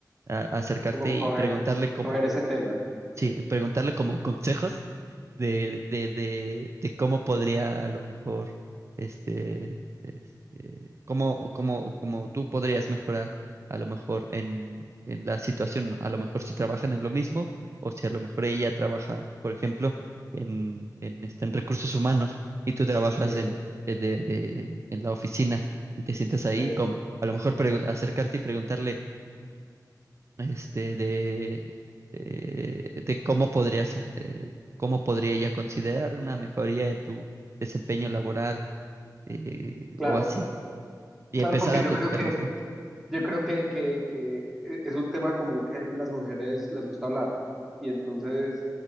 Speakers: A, on the right; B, in the centre.
A: a- acercarte
B: Como
A: y
B: coger,
A: preguntarle como
B: coger ese tema.
A: sí, preguntarle como consejos de, de, de, de cómo podría a lo mejor, este, este, cómo, cómo, cómo tú podrías mejorar a lo mejor en, en la situación, a lo mejor si trabajan en lo mismo o si a lo mejor ella trabaja, por ejemplo, en, en, este, en recursos humanos y tú trabajas
B: Sí,
A: en, eh, de, de- en la oficina y te sientes ahí,
B: sí.
A: como a lo mejor pre- acercarte y preguntarle este, de, eh, de cómo podrías, eh, cómo podría ella considerar una mejoría en tu desempeño laboral eh,
B: Claro.
A: o así. Y
B: Claro,
A: empezar
B: porque
A: a
B: yo
A: platicar
B: creo que,
A: más, ¿no?
B: yo creo que, que, que e- es un tema común que las mujeres les gusta hablar. Y entonces,